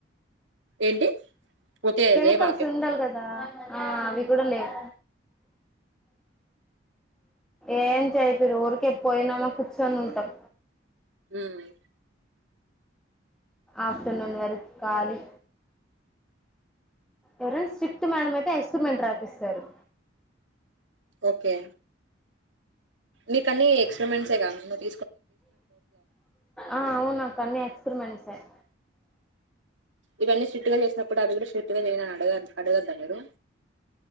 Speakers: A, on the right; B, in the centre.
A: ఏంటి. ఓకే
B: కెమికల్స్
A: రేవా
B: ఉండాలి గదా ఆ అవి గూడా లేవ్. ఏం చెపీరు ఊరికే పోయినామా కూర్చుొనుంటాం.
A: ఉమ్.
B: ఆఫ్టర్నూన్ వరక్ ఖాళీ ఎవరైనా స్ట్రిక్ట్ మేడం ఐతే ఎక్స్పరిమెంట్ రాపిస్తారు.
A: ఒకే. నీకన్నీ ఎక్స్పెరిమెంట్స్. తెగ నువ్.
B: ఆ అవునాకన్ని ఎక్స్పెరిమెంట్స్. స
A: ఇవన్నీ స్ట్రిక్ట్ గా చేసినప్పుడు అది గుడా స్ట్రిక్ట్ గా చేయమని అడగ అడగద్ద మీరు.